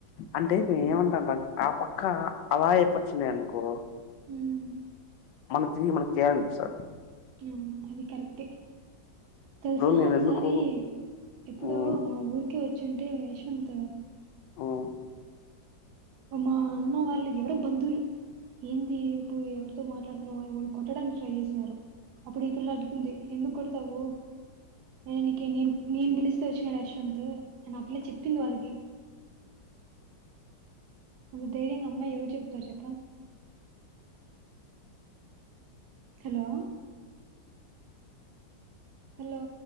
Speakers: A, on the left; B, on the right.
A: అంటే మే ఏమన్న అలాంట్ ఆ పక్కా అలా ఎఫర్ట్స్ ఉన్నాయ్ అనుకో
B: హ్మ్
A: మన తిరిగి మనక్ చేయాలన్పిస్తద్
B: అవును అది కరెక్టే తెలుసా
A: నేను
B: ఒకసారీ
A: ఎందుకు
B: ఎప్పుడో
A: ఉమ్
B: మా ఊరికే వచ్చి అంటే యశ్వంత్
A: ఉమ్
B: మా అన్న వాళ్ళు ఎవరో బంధువులు ఏందీ ఇప్పు ఎవరితో మాట్లాడుతున్నవ్ <unintelligible> కొట్టడానికి ట్రై చేశారు అప్పుడు ఈ పిల్ల అడ్డుకుంది ఎందుకు కొడతావు నే నీకె నే నేన్ పిలిస్తే వచ్చినాడు యశ్వంత్ అని ఆ పిల్ల చెప్పింది వాళ్ళకి అంత ధైర్యంగ అమ్మాయి ఎవరు చెప్తారు చెప్పు హలో హలో